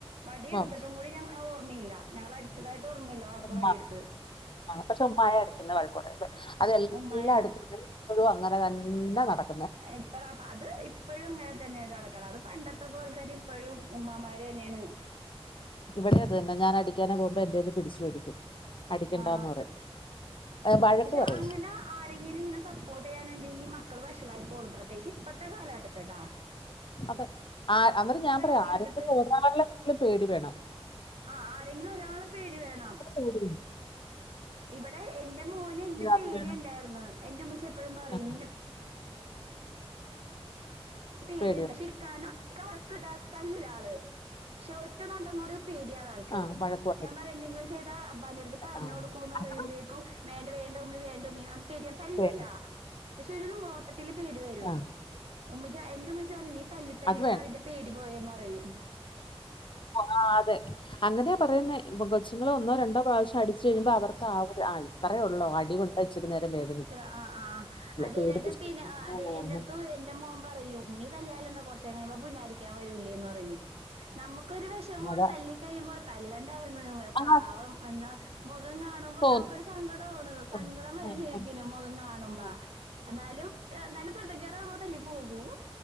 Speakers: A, on the right; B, on the left.
A: വടി എടുക്ക
B: ഉം.
A: കൂടി ഞങ്ങക്ക് ഓർമ്മയില്ല ഞങ്ങളെ അടിച്ചതായിട്ട് ഓർമ്മയില്ല വാപ്പ
B: ഉമ്മ
A: വടിയെടുത്ത്
B: പക്ഷെ ഉമ്മായ അടിക്കുന്ന വളക്കുറ അതെല്ലാം
A: ഉമ്മായാണ്
B: അടുത്ത ഇപ്പോഴും അങ്ങനെ തന്നെ നടക്ക
A: എപ്പ അപ്പ അത് ഇപ്പോഴും ഇങ്ങനെ തന്നെയട ഇറ അത് പണ്ടത്തെ പോലെ തന്ന ഇപ്പോഴും ഉമ്മാര് തന്നെയാണ്
B: ഇവിടെയരുതനെ ഞാൻ അടിക്കാനെ പോകുമ്പോ എന്റെന്ന് പിടിച്ചുപേടിക്കും അടിക്കണ്ടന്ന്
A: ആ
B: പറയും വഴക്ക്
A: പക്ഷെ
B: പറയും
A: അങ്ങനെ ആരെങ്കിലും ഇങ്ങനെ സപ്പോർട്ട് ചെയ്യാനുണ്ടെങ്കിൽഈ മക്കൾ വഷളായി പോകും ത്ശേ ഇപ്പത്തെ കാലം എടുത്തട്ടാ
B: അതെ ആ അന്നേരം ഞാൻ പറയാം
A: കാലഘട്ടത്തി
B: ആരെങ്കും ഒരാളെങ്കിലും പേടി വേണം
A: ആ ആരെങ്കിലും ഒരാളെ പേടി വേണം
B: ഉം
A: ഇവിടെ എന്റെ മോന് എന്റെ പേടി
B: അത് വേണം
A: ഉണ്ടായിരുന്നു എന്റെ ഉമ്മച്ചി എപ്പോഴും പറയും
B: ആ
A: നി പേടിയണ്ട്
B: പേടി വേണം
A: പക്ഷേ ക്കാനോ വക്കത്തല്ലരാള് പക്ഷെ ഒറ്റ നൊട്ടങ്ങോടി പേടിയാണ് ആൾക്ക്
B: ആ വഴക്ക് പറയും
A: ഞാൻ പറയാ എന്തെങ്കിലും ചെയ്താ അബാ ന്റെ അടുത്ത് പറഞ്ഞ
B: ആ
A: കൊടുക്കൂന്ന് പറയുമ്പോക്കും
B: അത്
A: വേണ്ട വേണ്ട ഉമ്മി വേണ്ട ഉമ്മി പേടാൻ തല്ലില്ലല്ല
B: വേണം.
A: പക്ഷെ ഒരു നോട്ടത്തില് പേടി വരും
B: ആ
A: ഉമ്മച്ച എന്റെ ഉമ്മുച്ചിറയും നീ തല്ലിത്തല്ലിയാണ്
B: അത് വേണം
A: അതിന്റെ പേടി പോയന്ന് പറയും
B: ആ അതെ അങ്ങനെയാ പറയുന്ന കൊച്ച്ങ്ങള് ഒന്നോ രണ്ടോ പ്രാവശ്യം അടിച്ചു കഴിയുമ്പോ അവർ ആ ഒരു ഇത്രയേള്ളൂ അടികൊള അച്ചി നേരംവേദ
A: ഇത്ര ആ ആ അത്തിനട്ട്
B: പേടിപ്പിച്ച്
A: പിന്നെ അത എന്റെടുത്ത് എറെ മോൻ പറയൂ ഉമ്മി തല്ലിയാലൽ എന്താ കുറച്ചുമ്പ പുന്നാരിക്കാൻ വരൂല്ലേന്ന് പറയും നമുക്കൊരു വിഷമാണ്
B: അതാ
A: തല്ലി കഴിയുമ്പോ തല്ലണ്ടരുന്നു
B: ആ
A: പാവം എന്നാ മുഖം കാണുമ്പോ
B: തോന്നും
A: നമുക്കൊരു സങ്കടണ്
B: തോന്നും
A: സങ്കടം വരും
B: ഉം
A: ശരിക്കും
B: ഉം
A: മുഖം കാണുമ്പ
B: ഉം
A: എന്നാലും എന്നാലും കുരുത്തക്കേട് കാണുമ്പോ തല്ലി പോകും